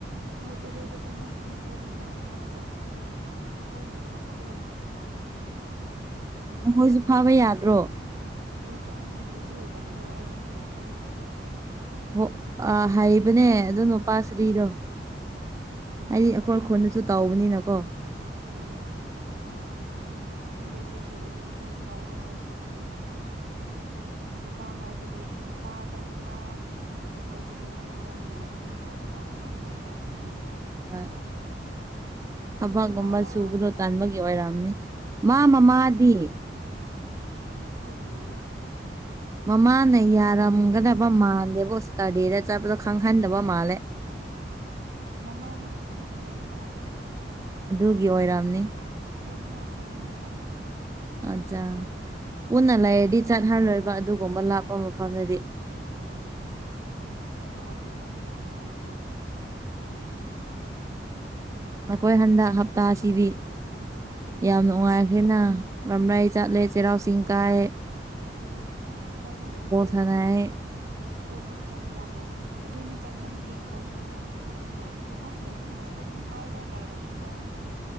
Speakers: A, on the right; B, on the right.
A: ꯍꯣꯏ ꯏꯔꯣꯏꯕ ꯆꯠꯂꯣ ꯃꯤ ꯈꯔꯗꯤ ꯉꯥ ꯐꯥꯕ ꯆꯠꯄꯅꯦ ꯈꯣꯏꯅ ꯆꯣꯞꯄꯗꯣ ꯑꯗꯨ
B: ꯅꯈꯣꯏꯁꯨ
A: ꯇꯧꯔꯒ ꯂꯩꯔꯝꯅꯦ
B: ꯐꯥꯕ ꯌꯥꯗ꯭ꯔꯣ
A: ꯍꯣꯏ ꯆꯣꯞꯅꯤꯡꯉꯥꯏ ꯀꯔꯤꯁꯨ ꯂꯩꯇꯕꯗꯣ ꯑꯩꯅ ꯍꯦꯟꯅ ꯐꯥꯅꯤꯡꯈ꯭ꯔꯕꯅꯤ
B: ꯍ ꯑ ꯍꯥꯏꯕꯅꯦ ꯑꯗꯨꯅꯣꯄꯥꯁꯔꯤꯗꯣ
A: ꯑꯗꯨꯅꯦ
B: ꯑꯩꯗꯤ ꯑꯩꯈꯣꯏꯈꯣꯟꯗꯁꯨ ꯇꯥꯎꯕꯅꯤꯅ ꯀꯣ
A: ꯎꯝ ꯈꯟꯗꯦ ꯁꯤ ꯁꯔꯤꯁꯨ ꯅꯨꯄꯤ ꯀꯧꯔꯣ ꯍꯥꯏꯔꯁꯨ ꯊꯤꯗꯦ ꯅꯨꯄꯥ ꯍꯥꯏꯕꯒꯤ ꯅꯨꯄꯥꯗ ꯅꯨꯄꯥ ꯑꯣꯏꯕꯒꯤ ꯃꯍꯥꯎ ꯅꯨꯡꯉꯥꯏꯕꯒꯤ ꯃꯍꯥꯎꯗꯣ ꯃꯥ ꯈꯪꯈ꯭ꯔꯦꯕ
B: ꯍꯣꯏ
A: ꯇ
B: ꯊꯕꯛꯒꯨꯝꯕ
A: ꯍꯨꯝꯕꯥꯂ
B: ꯁꯨꯕꯗꯣ
A: ꯍꯥꯏꯔꯅꯦ
B: ꯇꯥꯟꯕꯒꯤ ꯑꯣꯏꯔꯝꯅꯤ ꯃꯥ ꯃꯃꯥꯗꯤ
A: ꯎꯝ ꯈ꯭ꯋꯥꯗꯅ
B: ꯃꯃꯥꯅ ꯌꯥꯔꯝꯒꯗꯕ ꯃꯥꯜꯂꯦꯕꯇꯥꯔꯗꯦꯗ ꯆꯠꯄꯗꯣ ꯈꯪꯍꯟꯗꯕ ꯃꯥꯜꯂꯦ
A: ꯃꯃꯥꯗ ꯈꯨꯟꯗ ꯂꯩꯕ ꯃꯥꯜꯂꯦ
B: ꯑꯗꯨꯒꯤ ꯑꯣꯏꯔꯝꯅꯤ
A: ꯍꯣꯏ ꯃꯃꯥꯈꯣꯟꯗꯅꯦ ꯈꯪꯉꯦ
B: ꯑꯠꯆꯥ ꯄꯨꯟꯅ ꯂꯩꯔꯗꯤ
A: ꯑꯗꯨꯅꯅꯦ
B: ꯆꯠꯍꯜꯂꯣꯏꯕ ꯑꯗꯨꯒꯨꯝꯕ ꯂꯥꯞꯄ ꯃꯐꯝꯗꯗꯤ
A: ꯎꯝ ꯃꯃꯥꯗ ꯏ ꯌꯥꯝ ꯕꯣꯁ ꯑꯣꯏꯣ ꯃꯥꯗ <inaudible>
B: ꯅꯈꯣꯏ ꯍꯟꯗꯛ ꯍꯞꯇꯥꯁꯤꯗꯤ ꯌꯥꯝ ꯅꯨꯡꯉꯥꯏꯈ꯭ꯔꯦꯅ ꯂꯝꯝꯂꯩ ꯆꯠꯂꯦ ꯆꯩꯔꯥꯎ ꯆꯤꯡ ꯀꯥꯏꯌꯦ
A: ꯂꯁꯤ ꯇꯥꯎꯁꯤꯃꯗꯤ ꯍꯣꯏꯕ
B: ꯁꯥꯟꯅꯩ
A: ꯍ ꯑꯩꯈꯣꯏ ꯍꯛꯆꯥꯡ ꯋꯥꯍꯅꯤ ꯑꯗꯨꯅꯤ ꯆꯠꯃꯟꯕꯤꯒꯤ ꯍ꯭ꯣꯟ ꯀꯩꯕꯥꯅꯤꯗꯣ ꯌꯨꯝ ꯂꯩꯔꯗꯤ ꯑꯥ ꯂꯩꯕ ꯅꯨꯡꯉꯥꯏ ꯇꯦ ꯑꯗꯨꯝ ꯍꯥꯏꯔꯣ ꯂꯩꯔꯕꯅꯤ ꯕꯥꯅꯤꯗꯣ